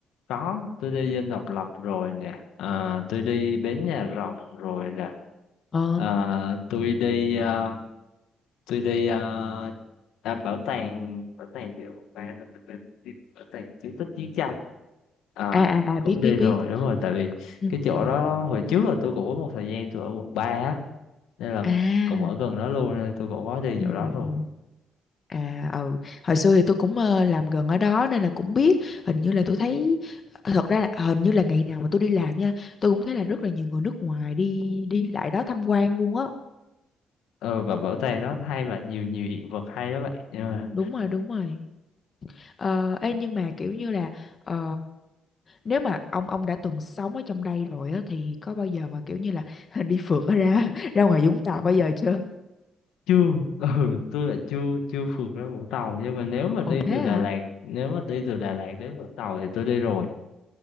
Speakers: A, on the left (about 85°); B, on the left (about 40°).
A: có tôi đi Dinh Độc Lập rồi nè Ờ, tôi đi Bến Nhà Rồng rồi nè
B: ờ
A: Ờ, tôi đi ờ, tôi đi ờ, à, bảo tàng bảo tàng gì bảo tàng bảo tàng bảo tàng bảo tàng chiến tích chiến tranh à
B: à à à
A: cũng
B: biết
A: đi
B: biết
A: rồi
B: biết
A: đúng rồi tại vì
B: ừ.
A: cái chỗ
B: ừ.
A: đó hồi trước là tôi cũng có một thời gian tôi ở quận ba á nên là
B: à
A: cũng ở gần đó luôn nên tôi cũng có đi
B: ừ,
A: chỗ đó
B: ừ,
A: rồi
B: ừ. à ừ hồi xưa thì tôi cũng ờ, làm gần ở đó nên là cũng biết hình như là tôi thấy ờ, thật ra là hình như là ngày nào mà tôi đi làm nha tôi cũng thấy là rất là nhiều người nước ngoài đi đi lại đó tham quan luôn á
A: ừ và bảo tàng nó hay mà nhiều nhiều hiện vật hay đó vậy nhưng mà
B: đúng rồi đúng rồi ờ ê, nhưng mà kiểu như là ờ, nếu mà ông ông đã từng sống ở trong đây rồi á thì có bao giờ mà kiểu như là <laughs> đi phượt ở ra <laughs> ra ngoài Vũng Tàu bao giờ chưa?
A: chưa <laughs> ừ tôi là chưa chưa phượt ra Vũng Tàu nhưng mà nếu mà đi
B: Ồ thế
A: từ
B: hả?
A: Đà Lạt nếu mà đi từ Đà Lạt đến Vũng Tàu thì tôi đi rồi